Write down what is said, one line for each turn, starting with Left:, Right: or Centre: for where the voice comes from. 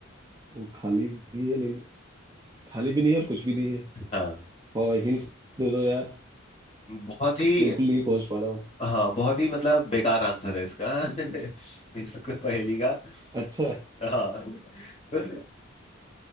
Right: वो खाली भी है लेकिन खाली भी नहीं है और कुछ भी नहीं है
Left: हाँ
Right: और हिंट्स दे दो यार
Left: बहुत ही
Right: बिल्कुल नहीं पहुंच पा रहा हूँ
Left: हाँ बहुत ही मतलब बेकार आंसर है इसका <laughs> इसको पहेली का
Right: अच्छा
Left: हाँ <laughs> तो